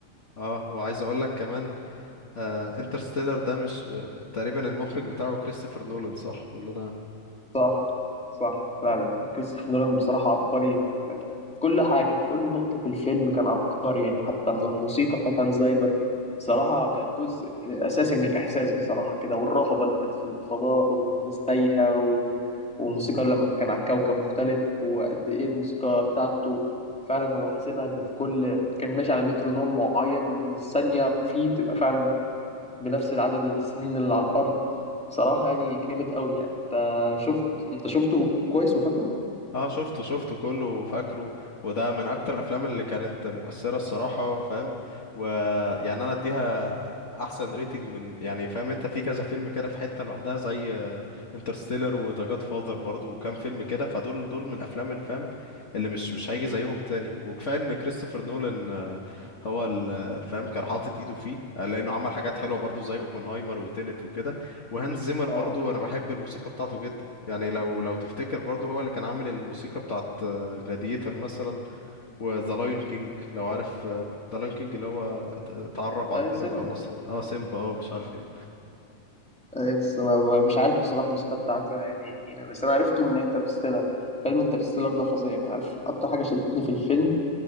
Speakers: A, on the left; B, in the centre.
A: اه وعايز اقول لك كمان آه انترستيلر ده مش آه تقريبا المخرج بتاعه كريستوفر نولان صح ولا
B: صح صح
A: انا
B: فعلا كريستوفر نولان بصراحة عبقري في في كل حاجة في كل نقطة في الفيلم كان عبقري يعني حتى من الموسيقى بتاعت هانزايمر بصراحة كانت جزء أساسي من الإحساس بصراحة كده والرهبة اللي كانت في الفضاء وإن الناس تايهة و... والموسيقى لما كان على كوكب مختلف وقد إيه الموسيقى بتاعته فعلا هو حاسبها إن في كل كان ماشي على مترونوم معين إن الثانية فيه بتبقى فعلا بنفس العدد السنين اللي على الأرض بصراحة يعني جامد قوي يعني انت شفت انت شفته كويس وفاكره؟
A: اه شفته شفته كله فاكره وده من اكتر الافلام اللي كانت مؤثره الصراحه فاهم ويعني انا اديها احسن ريتنج من يعني فاهم انت في كذا فيلم كده في حته لوحدها زي انترستيلر وذا جاد فاذر برضه وكام فيلم كده فدول دول من الافلام الفام اللي مش مش هيجي زيهم تاني وكفايه ان كريستوفر نولان هو ال- الفهم كان حاطط ايده فيه لانه عمل حاجات حلوه برضو زي اوبنهايمر وتينت وكده وهانز زيمر
B: اه
A: برضو انا بحب الموسيقى بتاعته جدا يعني لو لو تفتكر برضو هو اللي كان عامل الموسيقى بتاعت جلاديتر مثلا وذا لايون كينج لو عارف ذا لايون كينج اللي هو ت- اتعرب
B: اي
A: عندنا
B: سيمبا
A: بقى مصر ده اه سيمبا اه مش عارف ايه
B: اي بس انا ما- مش عارف بصراحة الموسيقى بتاعته ولا يعني بس انا عرفته من انترستيلر فيلم انترستيلر ده فظيع يعني عارف اكتر حاجة شدتني في الفيلم